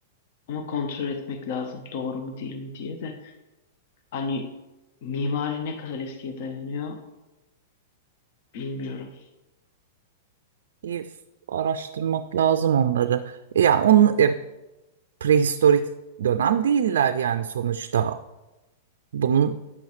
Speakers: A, on the left; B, on the right.
A: Ama kontrol etmek lazım doğru mu değil mi diye de. Hani mimari ne kadar eskiye dayanıyor bilmiyorum.
B: İyi f- araştırmak lazım onları. Yani onun e, prehistorik dönem değiller yani sonuçta. Bunun